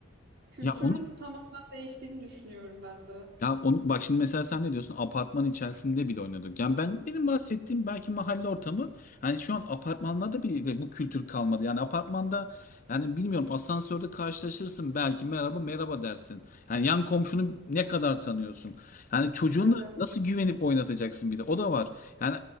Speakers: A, on the right (about 55°); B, on the left (about 40°).
A: Kültürün
B: Ya onu
A: tamamen değiştiğini düşünüyorum ben de.
B: Ya onu, bak şimdi mesela sen ne diyorsun? Apartman içerisinde bile oynadık. Yani ben benim bahsettiğim belki mahalle ortamı. Hani şu an apartmanlarda bile bu kültür kalmadı. Yani apartmanda yani bilmiyorum asansörde karşılaşırsın belki merhaba merhaba dersin. Yani yan komşunu ne kadar tanıyorsun? Yani çocuğuna
A: Evet.
B: nasıl güvenip oynatacaksın bir de o da var. Yani